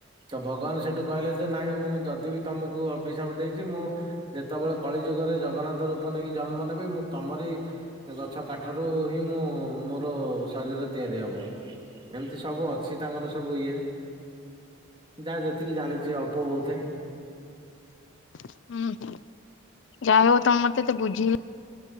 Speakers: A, on the right; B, on the left.
A: ତ ଭଗବାନ ସେଠୁ କହିଲେ ଯେ ନାଇଁ ମୁଁ ଯଦି ବି ତମକୁ ଅଭିଶାପ ଦେଇଛି ମୁଁ ଯେତେବେଳେ କଳି ଯୁଗରେ ଜଗନ୍ନାଥ ରୂପ ନେଇକି ଜନ୍ମ ନେବି ମୁଁ ତମରି ସେ ଗଛ କାଠରୁ ହିଁ ମୁଁ ମୋର ଶରୀର ତିଆରି ହବ। ଏମିତି ସବୁ ଅଛି ତାଙ୍କର ସବୁ ଇଏ। ଯାହା ଯେତିକି ଜାଣିଛି ଅଳ୍ପ ବହୁତେ।
B: ହୁଁ ହୁଁ ଯାହା ହଉ ତମ ମତେ ଏତେ ବୁଝେଇଲ।